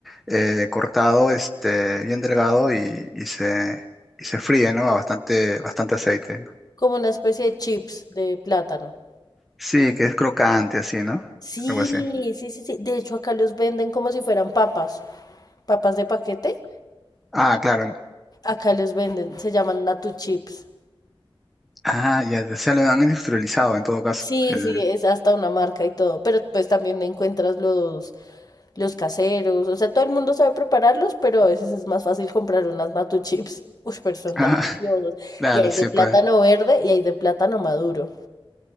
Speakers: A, in the centre; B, on the left (about 45°).
A: eh, cortado, este, bien delgado y, y se, y se fríe, ¿no? A bastante, bastante aceite, ¿no?
B: como una especie de chips de plátano.
A: Sí, que es crocante así, ¿no?
B: Sí,
A: Algo así.
B: sí, sí, sí. De hecho, acá los venden como si fueran papas, papas de paquete.
A: Ah, claro.
B: Acá los venden, se llaman Natu Chips.
A: Ah, ya, ya se lo han industrializado en todo caso.
B: Sí,
A: El...
B: sí, es
A: <laughs>
B: hasta una marca y todo, pero pues también encuentras los, los caseros, o sea, todo el mundo sabe prepararlos, pero a veces es más fácil comprar unas Matu Chips, <laughs> uy, pero son
A: Ah,
B: deliciosos,
A: claro,
B: y hay
A: sí,
B: de plátano
A: pues.
B: verde y hay de plátano maduro.